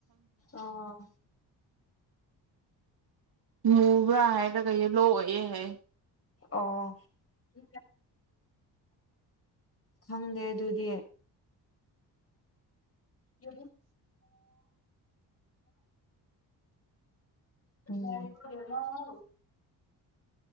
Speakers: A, on the left; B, on the right.
A: ꯑꯥ
B: ꯃꯕꯥ ꯍꯥꯏ ꯂꯒꯩ ꯂꯣꯌꯦ ꯍ꯫
A: ꯑꯣ꯫ ꯈꯪꯗꯦ ꯑꯗꯨꯗꯤ꯫ ꯫ ꯍꯝ꫰ <inaudible>